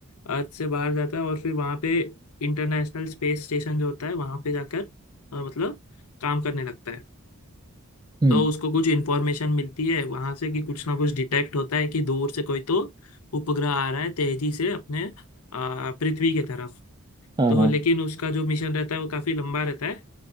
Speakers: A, on the left; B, on the right.
A: अर्थ से बाहर जाता है और फिर वहाँ पे इंटरनेशनल स्पेस स्टेशन जो होता है वहाँ पे जाकर अ, मतलब काम करने लगता है
B: हम्म,
A: तो उसको कुछ इन्फॉर्मेशन मिलती है वहाँ से कि कुछ ना कुछ डिटेक्ट होता है कि दूर से कोई तो उपग्रह आ रहा है तेजी से अपने अ, पृथ्वी की तरफ
B: हाँ
A: तो
B: हाँ
A: लेकिन उसका जो मिशन रहता है वो काफी लंबा रहता है